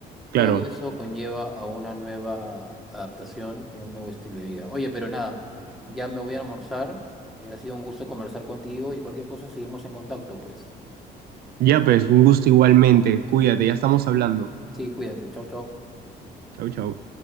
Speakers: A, on the right; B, in the centre.
A: claro.
B: todo eso conlleva a una nueva adaptación y a un nuevo estilo de vida. Oye, pero nada, ya me voy a almorzar. Eh, ha sido un gusto conversar contigo y cualquier cosa seguimos en contacto, pues.
A: Ya pues, un gusto igualmente. Cuídate, ya estamos hablando.
B: Sí, cuídate. Chau, chau.
A: Chau, chau.